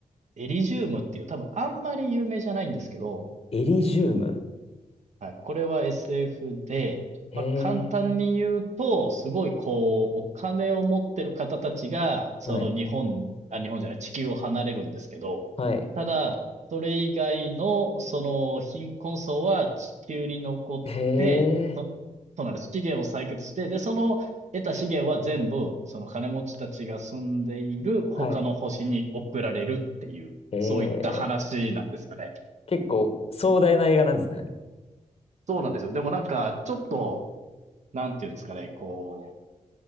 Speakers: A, on the right; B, on the left.
A: エリジウムっていう、多分あんまり有名じゃないんですけど、
B: エリジウム。
A: はい。これは SF で、
B: へえ。
A: まあ、簡単に言うと、すごいこう、お金を持ってる方たちが、その日本、
B: はい。
A: あ、日本じゃない、地球を離れるんですけど、
B: はい。
A: ただ、それ以外の、その貧困層は地球に残って、
B: へえ。
A: そ、そうなんです。資源を採掘して、で、その得た資源は全部、その金持ちたちが住んでいる他の星に送られるっていう、
B: はい。へえ。
A: そういった話なんですよね。
B: 結構壮大な映画なんですね。
A: そうなんですよ。でもなんか、ちょっと、なんていうんですかね、こう、